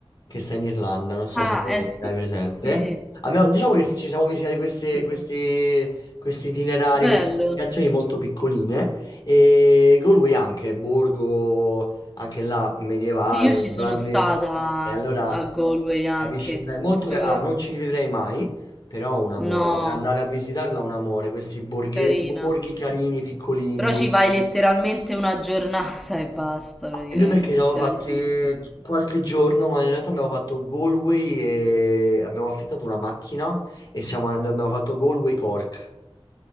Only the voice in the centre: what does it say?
Ah,
eh sì,
sì,
sì,
sì.
Bello.
Sì, io ci
sono stata
a Galway anche.
Molto
che...
No,
carina.
Però ci vai letteralmente una giornata <laughs> e basta, praticamente.
Te
la visiti. tutta.